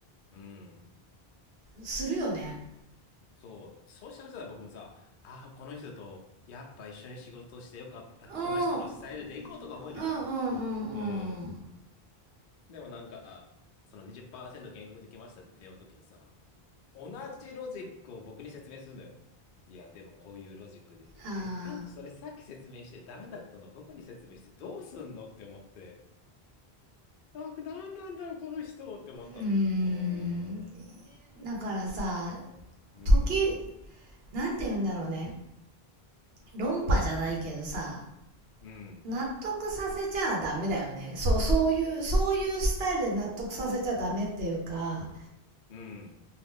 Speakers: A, on the left; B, on the right.
A: うん。
B: するよね。
A: そう、そうしたらさ僕もさ、ああ、この人とやっぱ一緒に仕事してよかった、この人のスタイルで行こうとか思えるじゃん。
B: うん。うんうんうんうん。
A: うん。でもなんか、その20%減額できましたって電話の時にさ、同じロジックを僕に説明するのよ。いや、でもこういうロジックで言って、
B: あ
A: で、あんたそれさっき説明してダメだったの僕に説明してどうすんのって思って、なんか何なんだろう、この人って思ったの。
B: ーうーん。
A: うーん、
B: だからさ、
A: うん、
B: 時、なんて言うんだろうね。論破じゃないけどさ、
A: うん、
B: 納得させちゃダメだよね。そう、そういう、そういうスタイルで納得させちゃダメっていうか、
A: うん。